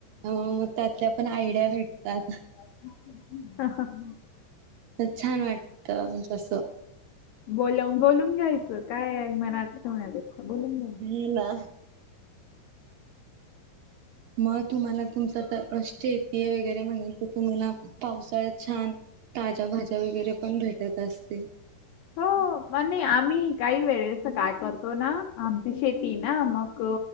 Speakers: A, on the right (about 70°); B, on the left (about 75°).
A: मग त्यातल्या पण आयडिया भेटतात.
B: <unintelligible>
A: छान वाटत म्हणज असं.
B: बला बोलून घ्यायचं काय मनाथ होण्यापेक्षा बोलून घ्यायच.
A: ह ना. मग तुम्हाला तुमच तर शेती आहे वगैरे म्हणा क तुम्हाला पावसाळ्यात छान ताज्या भाज्या वगैरे, पण भेटत असते.
B: हो. म नाही आम्ही काही वेळेस काय करतो, ना आमची शेती ना मग